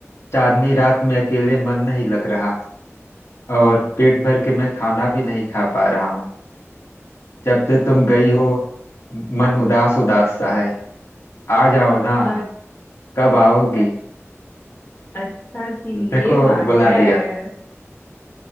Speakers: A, on the left; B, on the left.
A: चांदनी रात में अकेले मन नहीं लग रहा और पेट भर के मैं खाना भी नहीं खा पा रहा हूँ जब से तुम गई हो मन उदास उदास सा है आ जाओ ना
B: और
A: कब आओगी
B: अ- अच्छा जी
A: देखो
B: ये बात
A: बुला
B: है
A: दिया